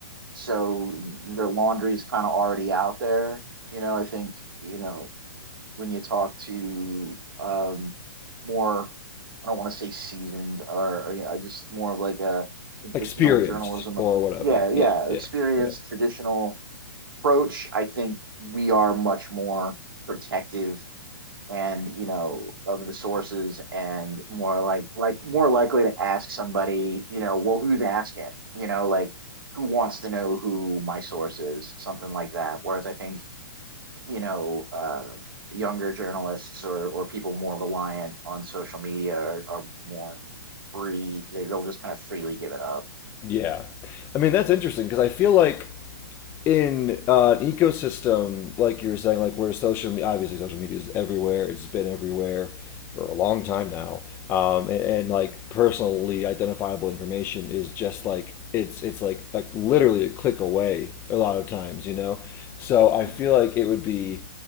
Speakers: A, on the right; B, on the left.
A: So their laundry is kind of already out there. You know, I think, you know, when you talk to um, more, I don't want to say seasoned or, or, you know, I just more of like a traditional
B: experienced
A: journalism.
B: or whatever
A: Yeah, yeah,
B: Yeah, yeah.
A: experienced
B: yeah
A: traditional approach. I think we are much more protective and you know of the sources and more like like more likely to ask somebody you know well who's asking you know like who wants to know who my source is something like that whereas i think you know uh, younger journalists or or people more reliant on social media are, are more free they, they'll just kind of freely give it up
B: Yeah, i mean that's interesting because i feel like in uh, an ecosystem like you were saying, like where social media, obviously social media is everywhere. It's been everywhere for a long time now, um, and, and like personally identifiable information is just like it's it's like like literally a click away a lot of times, you know. So I
A: Mhm.
B: feel like it would be